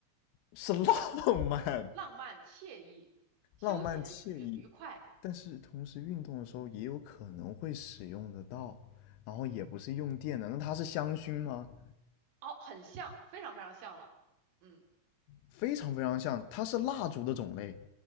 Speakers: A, on the left; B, on the right.
A: 是浪漫、
B: 浪漫、惬意、休闲、
A: 浪漫惬意。
B: 愉愉快，
A: 但是同时运动的时候也有可能会使用得到，然后也不是用电的，
B: 嗯，
A: 那它是香薰吗？
B: 哦，很像，非常非常像了，嗯，
A: 非常非常像，它是蜡烛的种类，